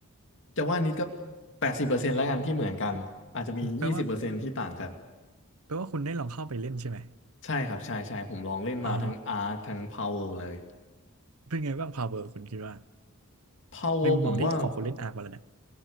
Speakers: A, on the left; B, on the right.
A: จะว่านิดก็แปดสิบเปอร์เซ็นต์แล้วกันที่เหมือนกันอาจจะมียี่สิบเปอร์เซ็นต์ที่ต่างกัน
B: <laughs> แปลว่าแปลว่าคุณได้ลองเข้าไปเล่นใช่ไหม
A: ใช่ครับใช่ใช่ผมลองเล่นมาทั้งอาร์คทั้งพาวเวเลย
B: อ่าเป็นไงบ้างพาวเวอร์คุณคิดว่า
A: พาวเวผมว่า
B: ในมุมมองที่ของคนเล่นอาร์คมาแล้วนะ